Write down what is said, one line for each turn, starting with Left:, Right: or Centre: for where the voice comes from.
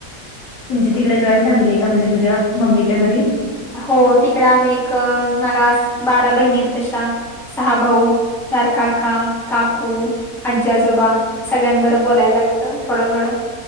Left: तुमच्या तिकडं जॉईंट फॅमिली आहे का? म्हणजे तुझ्या मम्मीच्या घरी.
Centre: हो तिकडं आम्ही एक मला बारा बहिणी आहेत तशा, सहा भाऊ, चार काका, काकू. आज्जी आजोबा सगळ्यांबरं बोलायला लागतं थोडं -थोडं.